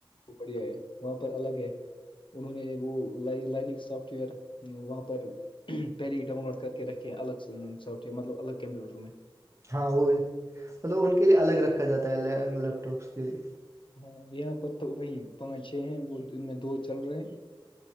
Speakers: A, on the left; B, on the right.
A: وہ بڑیا ہے وہاں پر الگ ہے انہوں نے وہ ل لائنگ سافٹ ویئر وہاں پر پہلے ہی ڈاؤن لوڈ کر کے رکھے الگ سافٹ ویئر مطلب الگ کمپیوٹر میں
B: ہاں وہ ہے مطلب ان کے لیے الگ رکھا جاتا ہے لیپ ٹاپس کے لیے
A: ہاں یہاں پر تو وہی پانچ چھ ہیں وہ ان میں دو چل رہے ہیں